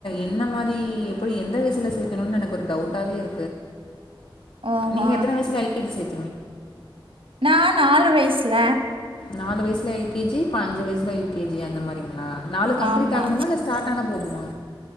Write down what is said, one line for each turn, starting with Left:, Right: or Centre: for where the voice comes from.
Left: என்ன மாரி எப்டி எந்த வயசுல சேக்கணுன் எனக்கு ஒரு டவ்ட்டாவே இருக்
Right: ஓஹோ
Left: நீங்க எத்தன வயசுல எல் கே ஜி சேத்
Right: நா நாலு வயசுல
Left: நாலு வயசுல எல் கே ஜி இப்ப அஞ்சு வசுலய யு கே ஜி அந்த மாரிங்களா நாலு கம்ப்ளீட
Right: ஆமா
Left: ஆகனுமா ஸ்டாட் ஆனா போதுமா